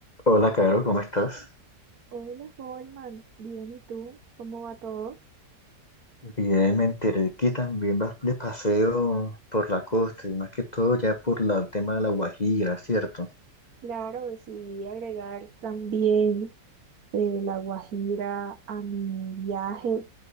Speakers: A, on the left; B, on the right.
A: Hola, Caro, ¿cómo estás?
B: Hola, Holman. Bien, ¿y tú? ¿Cómo va todo?
A: Bien, me enteré que también vas de paseo por la costa y más que todo ya por la- el tema de la Guajira, ¿cierto?
B: Claro, decidí agregar también eh, la Guajira a mi viaje,